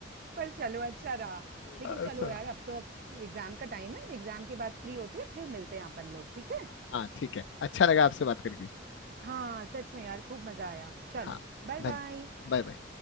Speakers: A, on the right (about 50°); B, on the left (about 70°).
A: पर चलो अच्छा रहा लेकिन
B: अच्छा
A: चलो यार अब तो अब एग्जाम का टाइम है एग्जाम के बाद फ्री होते हैं फिर मिलते हैं अपन लोग ठीक है
B: हाँ ठीक है अच्छा लगा आपसे बात करके
A: हाँ सच में यार खूब मजा आया चलो
B: हाँ
A: Bye
B: धन्य
A: bye
B: Bye bye